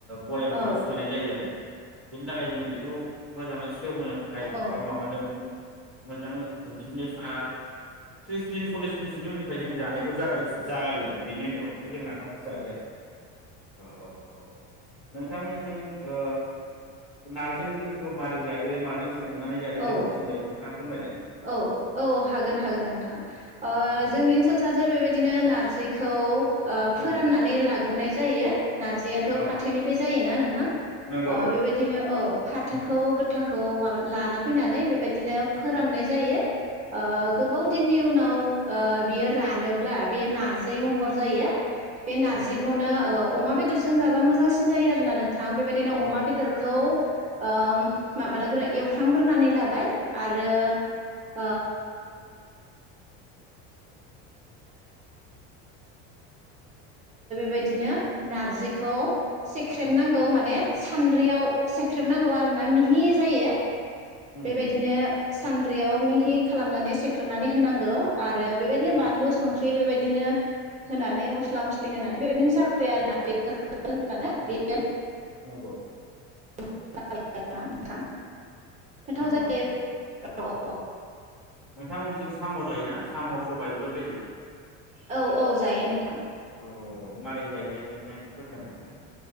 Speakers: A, in the centre; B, on the right (about 20°).
A: भयामावहाय
B: औ
A: सोनाय जायो आरो बेनि थाखाय जों बेखौ मोजां सेवहोनो थाखाय
B: औ
A: बा माबानो मोजाङै बिदिनो साहा <inaudible> जागायो आरो बिनि उनावनो जों नाफामखौ जायो आरो औ औ औ नोंथांमोनथिं ओ नारजि ओंख्रिफोरखौ मारै जायो माजों संनानै जायो
B: औ
A: गोथावसिन जायो नोंथाङा फोरमायलाय
B: औ औ हागोन हागोन नोंथां ओ
A: उम
B: जोंनि ओनसोल सा जो बेबायदिनो नारजि खौ ओ
A: उम
B: फोराननानै लाग्रोनाय जायो नारजियाथ'
A: औ
B: फाथोनिफ्राय जायोना नोंथां
A: नंगौ नंगौ
B: बेबायदिनो
A: नंगौ
B: औ फाथोखौ गोथांखौ माबा लाना फैनानै बेबायदि बिदिनो फोराननाय
A: उम
B: बेयो ओ
A: उम
B: गोबाव दिन नाव ओ बियो रानोब्ला बेयो नारजि महर जायो बे नारजिखौनो
A: नंगौ
B: ओ अमा बेदरजों जाबा मोजांसिन जायो आरोना नों थां बेबायदिनो
A: औ
B: अमा बेदरखौ ओ
A: औ
B: माबानो गोरै एवफ्रामग्रोनानै लाबाय आरो
A: उम
B: <unintelligible> बिदिनो
A: उम
B: नारजि खौ सेख्रेब नांगौ
A: उम
B: माने सान्द्रियाव सेख्रेब नांगौ आरो ना मिहि जायो
A: उम
B: बेबायदिनो
A: उम
B: सानद्रियाव मिहि खालामनानै सेख्रेनानै होनांगौ आरो आरो बेबायदिनो बानलु
A: उम
B: संख्रि
A: उम
B: बेबायदिनो होनानै मस्ला मस्लि होनानै बेबायदिनो जाबाय आरोना बे
A: उम नंगौ
B: <unintelligible> नोंथां गोथाव
A: नंगौ
B: जायो
A: नंगौ
B: औ
A: नोंथांमोनथिं साम' जायोना साम' सबाय बेफोरबायदि
B: औ औ जायो नोंथां
A: अ मारै जायो नोंथाङा एसे फोरमायनांगोन ना?